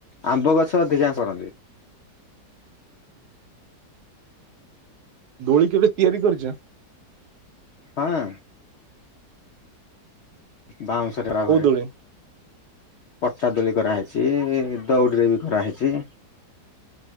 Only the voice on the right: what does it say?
ଦୋଳି କେବେ ତିଆରି କରିଛ?
କୋଉ
ଦୋଳି